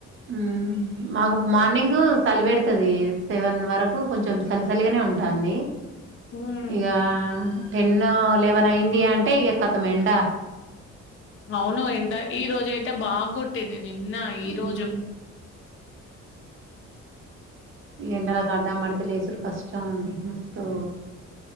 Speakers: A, on the right; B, on the left.
A: హు మాకు మార్నింగ్ గు చలి పెెడుతది సెవెన్ వరకు కొంచెం సలిసలిగానే ఉంటంది
B: ఉమ్
A: ఇగ టెన్ లెవెన్ అఇంది అంటే ఇగ కతం ఎండా
B: అవును ఎండ ఈ రోజ అయితే బాగ్గో టింది నిన్న ఈ రోజు
A: మ్మ్ ఎండలకడ్డం పడితే లేసుడు కష్టం అండి మస్తు